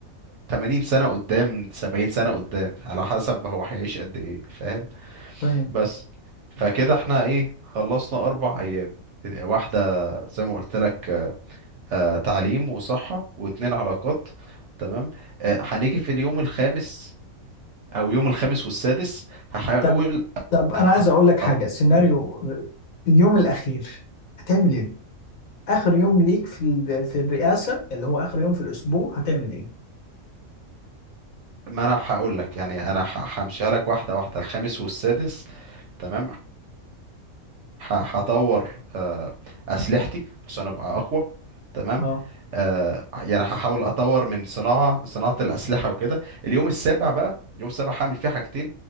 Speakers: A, on the right (about 65°); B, on the left (about 75°).
A: 80 سنه قدام 70 سنه قدام على حسب ما هو هيعيش قد ايه فاهم
B: فاهم
A: بس فكده احنا ايه خلصنا اربع ايام واحدة زي ما قلت لك آه، تعليم وصحة واتنين علاقات تمام آه، هنيجي في اليوم الخامس او يوم الخامس والسادس هحاول
B: طب طب انا
A: آه، أط-
B: عايز اقول لك حاجه
A: أط-
B: سيناريو آه، اليوم الاخير هتعمل ايه اخر يوم ليك في ال- في الرئاسه اللي هو اخر يوم في الاسبوع هتعمل ايه
A: ما انا هقول لك يعني انا ه- همشيها لك واحدة واحدة الخامس والسادس تمام ه- هطور آه، اسلحتي عشان ابقى اقوى تمام
B: اه
A: آه، يعني هحاول اطور من صناعه صناعه الاسلحه وكده اليوم السابع بقى اليوم السابع هعمل فيه حاجتين